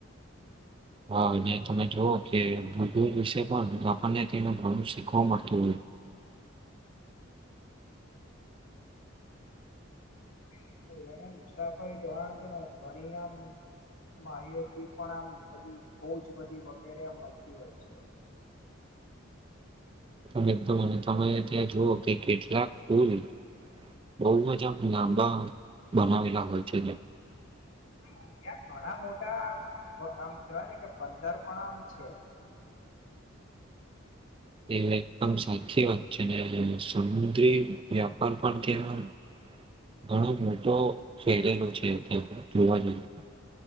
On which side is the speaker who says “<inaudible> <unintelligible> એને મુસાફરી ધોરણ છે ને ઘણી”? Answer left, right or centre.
Left